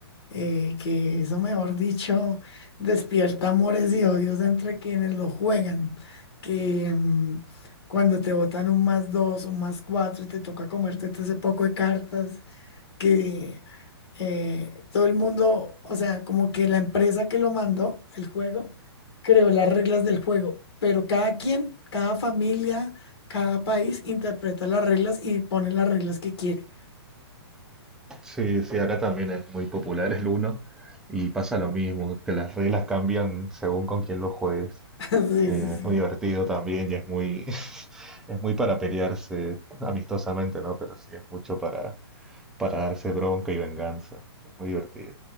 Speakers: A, on the left (about 60°); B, in the centre.
A: eh, que eso, mejor dicho, despierta amores y odios entre quienes lo juegan. Que mm, cuando te botan un más dos, un más cuatro y te toca comerte todo ese poco de cartas que eh, todo el mundo, o sea, como que la empresa que lo mandó, el juego, creó las reglas del juego, pero cada quien, cada familia, cada país interpreta las reglas y pone las reglas que quiere.
B: Sí, sí, acá también es muy popular el uno y pasa lo mismo, que las reglas cambian según con quién lo juegues.
A: <laughs> Sí,
B: Eh,
A: sí, sí.
B: es muy divertido también y es muy, <laughs> es muy para pelearse amistosamente, ¿no? Pero sí, es mucho para, para darse bronca y venganza. Es muy divertido.